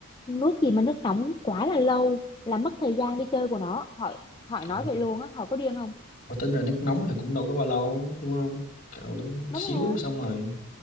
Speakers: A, on the left (about 20°); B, on the left (about 35°).
A: nước gì mà nước nóng quá là lâu là mất thời gian đi chơi của nó hỏi hỏi nói
B: Ủa,
A: vậy luôn á hỏi có điên không
B: Ủa, tính ra nước nóng thì cũng đâu có bao lâu, đúng không? Cạo lắm
A: đúng
B: xíu
A: rồi
B: xong rồi